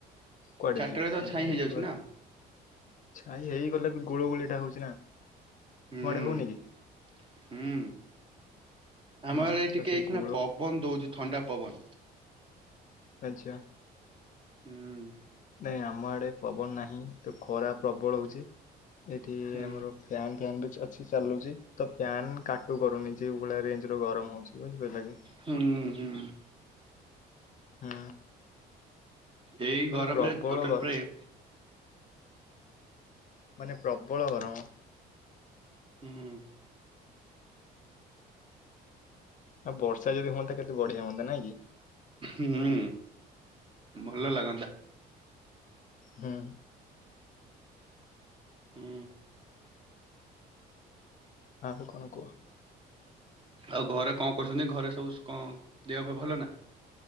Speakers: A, on the left (about 50°); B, on the right (about 30°).
A: କୁଆଡେ
B: ଚାରିଟା
A: ଯିବି
B: ବେଳେ
A: ସେଇ
B: ତ ଛାଇଁ
A: ଏଇଠି
B: ହେଇଯାଉଛି
A: ଘରେ
B: ନା
A: ଛାଇ ହେଇଗଲେ ବି ଗୁଳୁଗୁଳିଟା ହଉଚି ନା ତୁମ
B: ହୁଁ
A: ଆଡେ ହଉନି କି?
B: ହୁଁ ଆମ
A: ହୁଁ
B: ଆଡେ
A: ତ
B: ଟିକେ
A: ସେ
B: ଏଇକ୍ଷିଣା
A: ଗୁଳୁ
B: ପବନ ଦଉଚି ଥଣ୍ଡା ପବନ।
A: ଆଚ୍ଛା।
B: ହୁଁ।
A: ନାଇଁ ଆମ ଆଡେ ପବନ ନାହିଁ ତ ଖରା ପ୍ରବଳ ହଉଚି। ଏଠି
B: ହୁଁ
A: ଆମର ଫ୍ୟାନ୍ ଫ୍ୟାନ୍ ବି ଚା ଅଛି ଚାଲୁଚି ତ ପ୍ୟାନ୍ କାଟୁ କରୁନି ଯେଉ ଭଳିଆ ରେଞ୍ଜର ଗରମ ହଉଛି ବୁଝ ପାଇଲ କି?
B: ହୁଁ ହୁଁ।
A: ହୁଁ।
B: ଏଇ
A: ମାନେ
B: ଗରମରେ
A: ପ୍ରବଳ
B: ଟୋଟାଲ
A: ଗ-
B: ପ୍ରାୟେ
A: ମାନେ ପ୍ରବଳ ଗରମ।
B: ଉଁ।
A: ଆଉ ବର୍ଷା ଯଦି ହୁଅନ୍ତା କେତେ ବଢିଆ ହୁଅନ୍ତା ନାଇଁ କି?
B: ହୁଁ ଭଲ ଲାଗନ୍ତା।
A: ହୁଁ।
B: ହୁଁ।
A: ଆହୁ କଣ କୁଅ?
B: ଆଉ ଘରେ କଁ କରୁଛନ୍ତି ଘରେ ସବୁ ସ୍ କଁ ଦେହ ଫେହ ଭଲ ନା?